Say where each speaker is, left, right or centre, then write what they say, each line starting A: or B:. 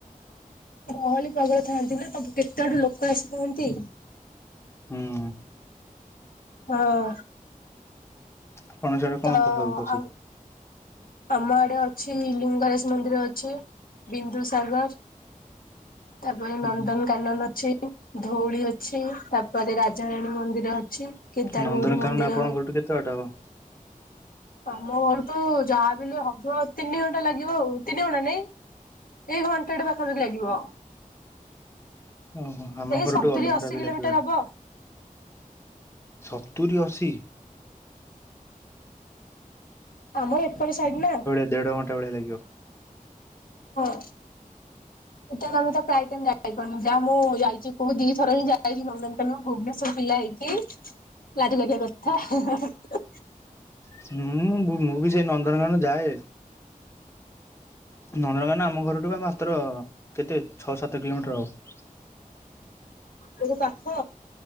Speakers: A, on the left; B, on the left.
A: ଗହଳି ପବଳ ଥାନ୍ତି ନା ତମୁ କେତେ ଆଡୁ ଲୋକ ଆସିଥାନ୍ତି।
B: ହୁଁ।
A: ହଁ।
B: ଆପଣ ସିଆଡେ କଣ
A: ତ
B: ସବୁ ପ୍ରସିଦ୍ଧ
A: ଆ ଆମ ଆଡେ ଅଛି ଲିଙ୍ଗରାଜ ମନ୍ଦିର ଅଛି ବିନ୍ଦୁ ସାଗର। ତାପରେ ନନ୍ଦନ
B: ହୁଁ
A: କାନନ ଅଛି ଧଉଳି ଅଛି ତାପରେ ରାଜାରାଣୀ ମନ୍ଦିର ଅଛି। କେଦାର
B: ନନ୍ଦନକାନନ
A: ଗୌରୀ ମନ୍ଦିର
B: ଆପଣଙ୍କ ଘରଠୁ କେତେ ବାଟ ହବ।
A: ତମ ଘର ତୁ ଯାହା ବଲେ ହବ ତିନି ଘଣ୍ଟା ଲାଗିବ ଆଉ ତିନି ଘଣ୍ଟା ନାଇଁ। ଏଇ ଘଣ୍ଟାଟେ ପାଖପି ଲାଗିବ।
B: ଓହୋ ଆମ
A: ଏଇ
B: ଘରଠୁ
A: ସତୁରି
B: ଅଧଘଣ୍ଟା
A: ଅଶୀ
B: ବି
A: କିଲୋମିଟର
B: ଲାଗିବନି
A: ହବ।
B: ସତୁରି ଅଶୀ।
A: ଆମ ଏପଟ ସାଇଡ ନା।
B: ଦେଢ଼ ଘଣ୍ଟା ଭଳିଆ ଲାଗିବ।
A: ହଁ। ସେଟ ତମେ ଭାବୁ ଥିବ ପ୍ରାୟ ଟାଇମ ଯାଇପାରୁନୁ ଯାହା ମୁଁ ଯାଇଛି ଦିଥଣ ଯାଇଛି ନନ୍ଦନକାନ ଭୁବନେଶ୍ୱର ପିଲା ହେଇକି। ଲାଜ ଲାଗିବା କଥା।
B: ହୁଁ ମୁଁ ମୁଁ ବି ସେ ନନ୍ଦନକାନନ ଯାଏ ନନ୍ଦନକାନ ନା ଆମ ଘରଠୁ ବା ମାତ୍ର କେତେ ଛଅ ସାତ କିଲୋମିଟର ହବ।
A: <inaudible> ପାଖ